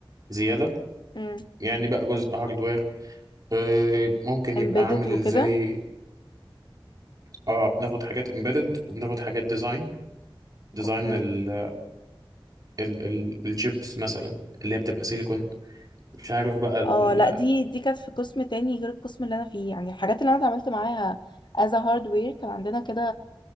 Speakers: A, on the right (about 45°); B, on the left (about 60°).
A: زيادة
B: امم
A: يعني بقى جزء هاردوير آه، ممكن
B: امبيدد
A: يبقى عامل
B: وكده
A: ازاي اه بناخد حاجات امبيدد وبناخد حاجات ديزاين ديزاين
B: اوكي
A: ال ال ال الشيبس مثلا اللي هي بتبقى سيليكون مش عارف بقى ال
B: اه لا دي دي كانت في قسم تاني غير القسم اللي انا فيه يعني الحاجات اللي انا اتعاملت معاها as a hardware كان عندنا كده